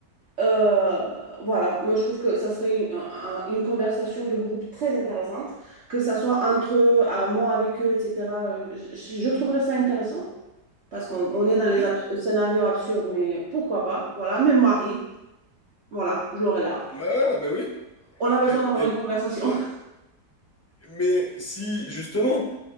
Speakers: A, on the right; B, on the left.
A: Euh, voilà, moi je trouve que ça serait une, un- une conversation de groupe très intéressante, que ça soit entre eux, à moi avec eux, etc. Je, je trouverais ça intéressant parce qu'on on est dans les
B: Oui.
A: abs- scénarios absurdes, mais pourquoi pas, voilà, même Marie, voilà, je l'aurais là.
B: Ouais, ouais, non, mais oui.
A: On a besoin
B: Et-
A: d'avoir
B: et-
A: une conversation. <laughs>
B: mais si, justement,